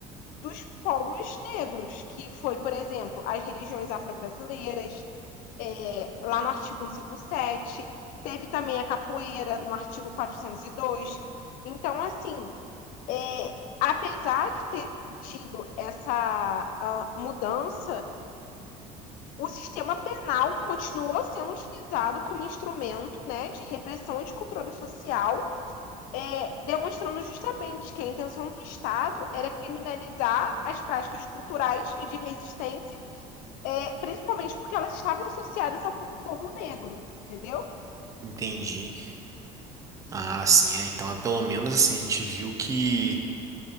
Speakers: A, on the left; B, on the right.
A: dos povos negros, que foi, por exemplo, as religiões afro-brasileiras, é, lá no artigo 157, teve também a capoeira no artigo 402. Então, assim, é, apesar de ter tido essa uh, mudança, o sistema penal continuou sendo utilizado como instrumento né, de repressão e de controle social é, demonstrando justamente que a intenção do Estado era criminalizar as práticas culturais e de resistência, é, principalmente porque elas estavam associadas ao povo negro, entendeu?
B: Entendi. Ah, sim, é. Então, é, pelo menos assim, a gente viu que,